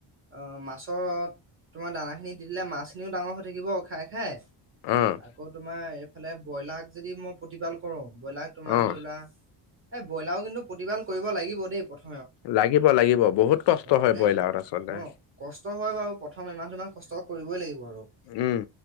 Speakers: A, on the right; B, on the left.
A: অ', মাছত তোমাৰ দানাখিনি দি দিলে মাছ খিনিও ডাঙৰ হৈ থাকিব খাই খাই
B: অ',
A: আকৌ তোমাৰ এইফালে ব্ৰইলাৰ যদি মই প্ৰতিপাল কৰোঁ, ব্ৰইলাৰ তোমাৰ
B: অ'।
A: ধৰি লোৱা, এই ব্ৰইলাৰো কিন্তু প্ৰতিবাল কৰিব লাগিব দেই প্ৰম
B: লাগিব লাগিব বহুত কষ্ট হয়
A: মানে
B: ব্ৰইলাৰত
A: তোমাৰ
B: আচলতে
A: অ কষ্ট হয় বাৰু প্ৰথম এমাহ দুমাহ কষ্ট কৰিবই লাগিবই আৰু।
B: উম